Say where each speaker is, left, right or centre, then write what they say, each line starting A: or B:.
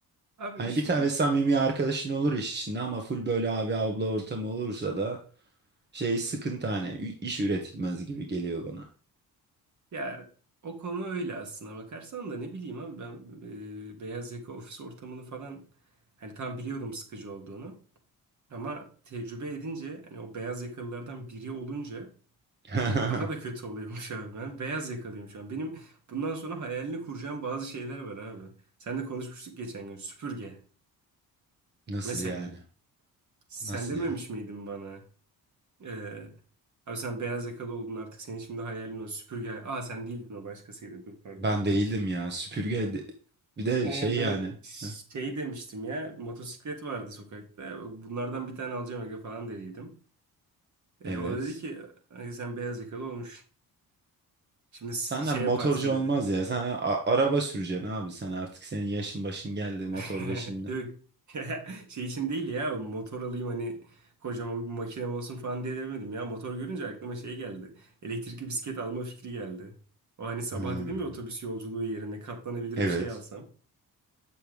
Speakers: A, on the right; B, on the right.
A: <laughs> Abi
B: Hani
A: iş
B: bir tane samimi arkadaşın olur iş içinde ama full böyle abi abla ortamı olursa da şey sıkıntı hani ü- iş üretilmez gibi geliyor bana.
A: Ya o konu öyle aslına bakarsan da ne bileyim abi ben e, beyaz yaka ofis ortamını falan hani tam biliyordum sıkıcı olduğunu ama tecrübe edince hani o beyaz yakalılardan biri olunca
B: <laughs>
A: daha da kötü oluyormuş abi ben beyaz yakalıyım şu an. Benim bundan sonra hayalini kuracağım bazı şeyler var abi. Sen de konuşmuştuk geçen gün süpürge
B: Nasıl
A: mesela.
B: yani?
A: Sen
B: Nasıl
A: dememiş
B: yani?
A: miydin bana? E, abi sen beyaz yakalı oldun artık senin şimdi hayalin o süpürge. Aa sen değildin o başkasıydı dur pardon.
B: Ben değildim ya. Süpürge de- bir de
A: Ee,
B: şey
A: ben
B: yani. Heh,
A: şey demiştim ya motosiklet vardı sokakta bunlardan bir tane alacağım aga falan dediydim. Ee,
B: Evet.
A: o da dedi ki "Aga sen beyaz yakalı olmuş. Şimdi s-
B: Senden
A: şey
B: motorcu
A: yaparsın dedi.
B: olmaz ya. Sen a- araba süreceksin abi. Sen artık senin yaşın başın geldi motorda
A: <laughs>
B: şimdi.
A: Yok <laughs> şey için değil ya motor alayım hani kocaman bir makinem olsun falan diye demedim ya. Motor görünce aklıma şey geldi. Elektrikli bisiklet alma fikri geldi. O hani sabah
B: Hmm,
A: dedim ya otobüs yolculuğu yerine katlanabilir
B: Evet.
A: bir şey alsam.